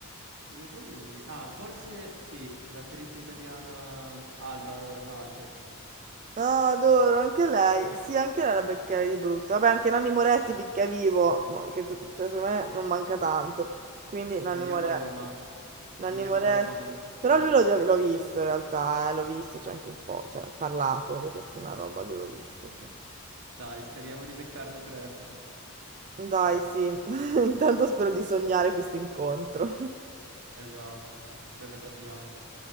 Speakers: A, on the right; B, on the right.
A: su due piedi non mi... Ah, forse sì, l'attrice italiana Alba Rohrwacher.
B: Ah, adoro, anche lei. Sì, anche lei la beccherai di brutto. Vabbè, anche Nanni Moretti
A: Sì.
B: finché è vivo, ma che, cioè, secondo me non manca tanto. Quindi Nanni
A: Andiamo
B: Moretti.
A: a Roma.
B: Nanni
A: Andiamo
B: Moretti.
A: a Roma a vederlo.
B: Però
A: Dai,
B: lui l'ho già l'ho visto in realtà, eh, l'ho visto, c'è anche un po', cioè, parlato, gli ho chiesto una roba, lui l'ho visto, sì.
A: Dai, speriamo di beccarlo presto.
B: Dai, sì. <laughs> Intanto spero di sognare questo incontro.
A: Esatto, è quello che abbiamo.